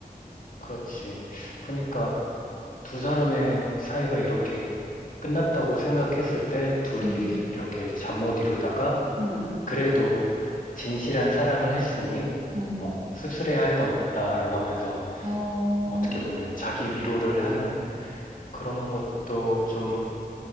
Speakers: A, on the left (about 60°); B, on the right (about 50°).
A: 그렇지. 그러니까 두 사람의 사이가 이렇게 끝났다고 생각했을 때 둘이
B: 응,
A: 이리- 이렇게 잠 못 이루다가
B: 응,
A: 그래도 진실한 사랑을 했으니
B: 응.
A: 어, 씁쓸해 할 건 없다라고 하면서
B: 어,
A: 어떻게 보면 자기 위로를 하는 그런 것도 좀